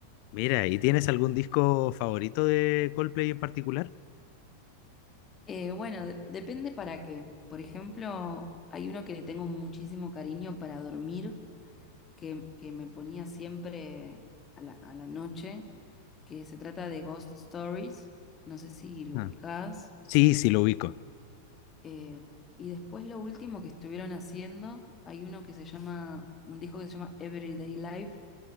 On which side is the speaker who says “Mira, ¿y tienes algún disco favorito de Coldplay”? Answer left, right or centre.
Left